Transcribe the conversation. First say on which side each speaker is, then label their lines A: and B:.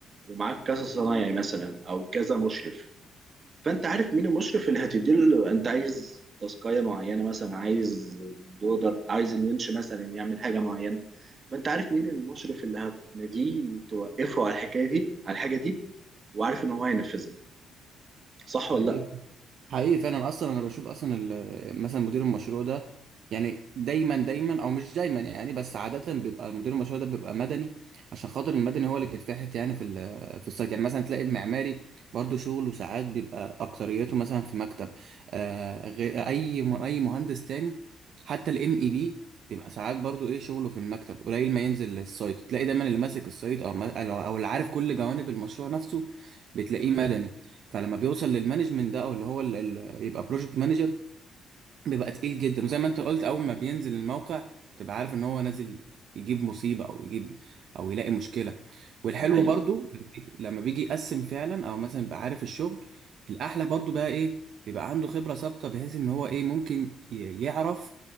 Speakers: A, on the right; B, on the right.
A: ومعاك كذا صنايعي مثلا او كذا مشرف فانت عارف مين المشرف اللي هتديله انت عايز تاسكايه معينه مثلا عايز دودر عايز الونش مثلا يعمل حاجه معينه فانت عارف مين المشرف اللي هتناديه توقفه على الحكايه دي على الحاجه دي وعارف ان هو هينفذها صح ولا
B: حقيقي
A: لا
B: حقيقي فعلا اصلا انا بشوف اصلا ال- مثلا مدير المشروع ده يعني دايما دايما او مش دايما يعني بس عاده بيبقى المدير المشروع ده بيبقى مدني عشان خاطر المدني هو اللي بيتفحت يعني في ال- في السايت يعني مثلا تلاقي المعماري برضو شغله ساعات بيبقى اكتريته مثلا في مكتب آه غير اي م- اي مهندس تاني حتى الام اي بي بيبقى ساعات برضو ايه شغله في المكتب قليل ما ينزل السايت تلاقي دايما اللي ماسك السايت او ما- او أو اللي عارف كل جوانب المشروع نفسه بتلاقيه مدني فلما بيوصل للمانجمنت ده او اللي هو ال ال يبقى بروجكت مانجر بيبقى تقيل جدا وزي ما انت قلت اول ما بينزل الموقع تبقى عارف ان هو نازل يجيب مصيبة او يجيب او يلاقي مشكلة والحلو
A: ده حقيقي
B: برضو لما بي- لما بيجي يقسم فعلا او مثلا يبقى عارف الشغل الاحلى برضو بقى ايه بيبقى عنده خبرة سابقة بحيث ان هو ايه ممكن ي- يعرف